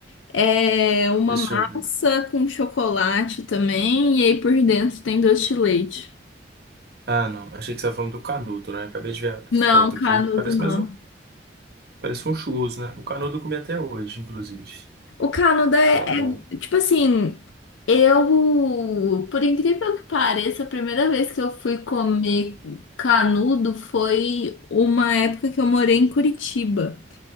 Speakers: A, on the left; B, on the right.
A: É uma
B: deixa
A: massa
B: eu ver.
A: com chocolate também, e aí por dentro tem doce de leite.
B: Ah, não. Achei que você estava falando do canudo, né? Acabei de ver a
A: Não,
B: foto
A: canudo
B: aqui. Parece
A: não.
B: mais um, parece um churros, né? O canudo eu comi até hoje, inclusive.
A: O Canadá é,
B: Tava.
A: é, tipo assim, eu, por incrível que pareça, a primeira vez que eu fui comer canudo foi uma época que eu morei em Curitiba.